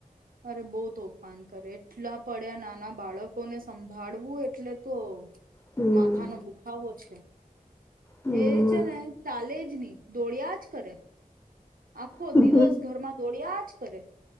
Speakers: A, on the right; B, on the left.
A: અરે, બહુ તોફાન કરે, એટલા પડ્યા. નાના બાળકોને સંભાળવું એટલે તો.
B: હમ
A: માથા નો દુખાવો છે.
B: હમ
A: એ છે ને, ચાલે જ નહીં. દોડ્યા જ કરે. આખો
B: હમ
A: દિવસ ઘરમાં દોડ્યા જ. કરે.